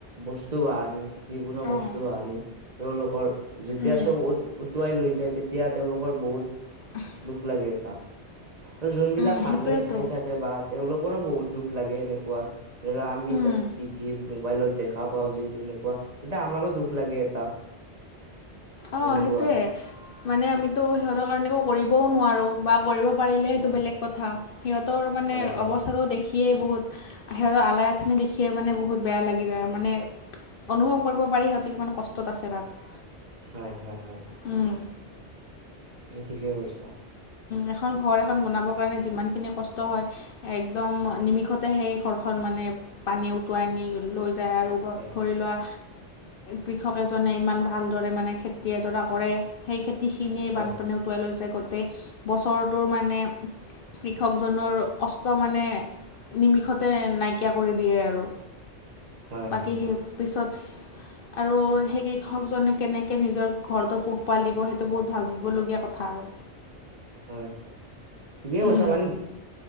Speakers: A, on the right; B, on the left.
A: বস্তু বাহনি যিকোনো
B: অঁ
A: বস্তু বাহনি তেওঁলোকৰ তেতিয়া
B: উম
A: চব উট উটুৱাই লৈ যায় তেতিয়া তেওঁলোকৰ বহুত
B: <unintelligible>
A: দুখ লাগে এটা, আৰু যোনবিলাক
B: উম
A: মানুহে
B: সেইটোৱেতো
A: চাই থাকে বা তেওঁলোকৰো বহুত দুখ লাগে এনেকুৱা ধৰি লও আমি
B: উম
A: তাত টিভি মোবাইলত দেখা পাওঁ যে যেনেকুৱা তেতিয়া আমাৰো দুখ লাগে এটা।
B: অঁ
A: এনেকুৱা
B: সেইটোৱে মানে আমিতো সিহঁতৰ কাৰণে একো কৰিবও নোৱাৰোঁ। বা কৰিব পাৰিলে সেইটো
A: হয়
B: বেলেগ কথা, সিহঁতৰ মানে
A: হয় হয়
B: অৱস্থাটো দেখিয়েই বহুত সিহঁতৰ আলাই আথানী দেখিয়ে মানে বহুত বেয়া লাগি যায়। মানে অনুভৱ কৰিব পাৰি সিহঁতে কিমান কষ্টত আছে তাত।
A: হয়, হয়, হয়।
B: উম।
A: তুমি ঠিকেই কৈছা।
B: এখন ঘৰ এখন বনাবৰ কাৰণে যিমানখিনি কষ্ট হয় একদম নিমিষতে সেই ঘৰখন মানে পানী উটুৱাই নি লৈ যায় আৰু।
A: হয়
B: ধৰি লোৱা কৃষক এজনে ইমান ভালদৰে মানে খেতি এডৰা কৰে সেই খেতিখিনিয়ে
A: হয়
B: বানপানীয়ে উটুৱাই লৈ যায়। গোটেই বছৰটোৰ মানে কৃষকজনৰ কষ্ট মানে নিমিষতে নাইকিয়া কৰি দিয়ে আৰু,
A: হয়
B: বাকী
A: হয়
B: সেই পিছত আৰু সেই কৃষকজনে কেনেকে নিজৰ ঘৰতো পোহপাল দিব সেইটো বহুত ভাগ ভিবলগীয়া কথা। থা আৰু।
A: হয়, ঠিকেই কৈছা।
B: উম
A: মানে